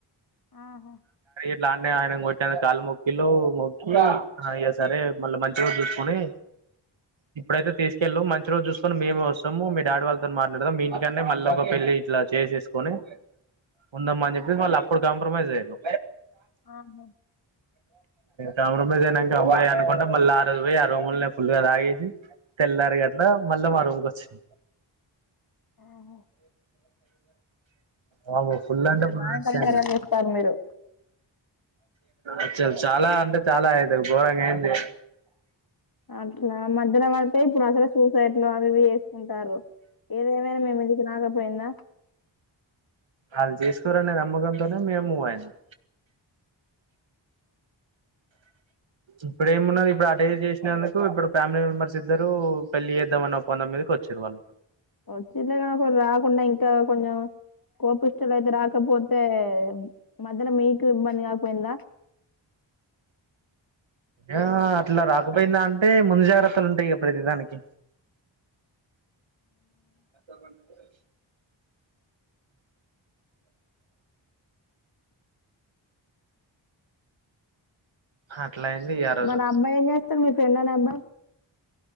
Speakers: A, on the left (about 50°); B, on the right (about 75°).
A: ఆహా
B: ఇలానే ఆయన కొట్టన కాళ్ళు మొక్కిలు మొక్కియ సరే మళ్ళీ మంచిగా చూసుకుని ఇప్పుడైతే తీసుకు కెళ్ళు మంచి రోజు జూసుకోని మేమే వస్తాము మీ డాడీ వాళ్ళతో మాట్లాడదాం మీ ఇంటికంటే మళ్ళ ఒక పెళ్లి ఇలా చేసేస్కొని ఉండమ్మ అని చెప్పేసి వాళ్ళు అప్పుడు కాంప్రమైజ్ అయ్యళ్ళు
A: ఆహా
B: కాంప్రమైజ్ అయినక హమ్మయ అనుకుంట మళ్ళీ ఆ రోజు బోయి ఆ రూమ్ ళ్ళె ఫుల్గా తాగేసి తెల్లార గట్ల మళ్ళా మా రూమ్కి వచ్చినాం
A: ఆహా
B: బాబో ఫుల్
A: పర్లేదు
B: అంటే ఫుల్
A: బానే
B: రిస్క్
A: కనికార్యాలు
B: అయింది.
A: చేస్తారు మీరు
B: అసలు చాలా అంటే చాలా అయితే ఘోరంగా అయింది
A: అట్లా మధ్యలో వాడితే ఇప్పుడు అసలు సూసైట్లు అవి ఇవి చేసుకుంటారు ఏదేమైనా మేము ఇంటికికి రాకపోయిందా
B: ఆళ్ చేసుకోరనే నమ్మకంతోనే మేము ఒయినం ఇప్పుడ ఏమున్నది ఇప్పుడు అటు ఏరో చేసినందుకు ఇప్పుడు ఫ్యామిలీ మెంబర్స్ ఇద్దరు పెళ్లి చేద్దాంమని ఒప్పుందాం మీద కొచ్చిరు వాళ్ళు
A: వచ్చిదే కాకుండ రాకుండా ఇంకా కొంచెం కోప పిల్ల అయితే రాకపోతే మధ్యలో మీకు ఇబ్బంది కాకపోయిందా
B: ఆ అట్లా రాకపోయిందా అంటే ముందు జాగ్రత్తలు ఉంటాయి గ ప్రతిదానికి అనుకోకుండ వచ్చినం అట్లా అయింది రోజు
A: మరి ఆ అబ్బాయి ఏం చేస్తారు మీ ఫ్రెండ్ అనే అబ్బాయి